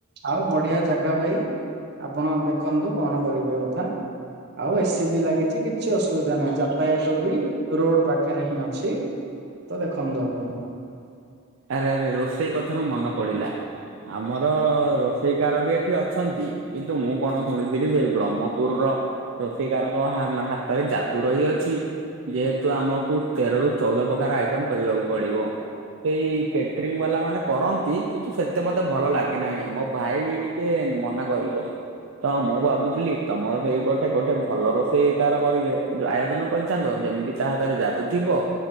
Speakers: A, on the right; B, on the right.
A: ଆଉ ବଢିଆ ଜାଗା ଭାଇ, ଆପଣ ଦେଖନ୍ତୁ କଣ କରିବେ କଥା। ଆଉ ଏ ସି ବି ଲାଗିଛି କିଛି ଅସୁବିଧା ନାହିଁ ଯ ପ୍ରାୟ ତ ବି, ରୋଡ ପାଖରେ ହିଁ ଅଛି, ତ ଦେଖନ୍ତୁ ଆପଣ।
B: ଆରେ ଆରେ ରୋଷେଇ କଥାରୁ ମନେ ପଡ଼ିଲା, ଆମର ରୋଷେଇକାର ବି ଏଠି ଅଛନ୍ତି, କିନ୍ତୁ ମୁଁ କଣ ଶୁଣିଲି ଥିଲି ଯେ, ବ୍ରହ୍ମପୁର ରୋସେଇକାରକଙ୍କ ହାତରେ ଯାଦୁ ରହିଅଛି। ଯେହେତୁ ଆମକୁ, ତେର ରୁ ଚଉଦ ପ୍ରକାର ଆଇଟମ କରିବାକୁ ପଡିବ। ସେଇ କ୍ୟାଟରିଂ ବାଲା ମାନେ କରନ୍ତି, କିନ୍ତୁ ସେତେ ମୋତେ ଭଲ ଲାଗେ ନାହିଁ, ମୋ ଭାଇ ବି ଟିକେ ଟିକେ ମନା କରିବ। ତ ମୁଁ ଭାବୁଥିଲି, ତମର ସେଇପଟେ ଗୋଟେ ଭଲ ରୋଷେଇ କାର କରିବେ, ଆୟୋଜନ କରିଥାନ୍ତ ଯେମିତି ତା ହାତରେ ଯାଦୁ ଥିବ,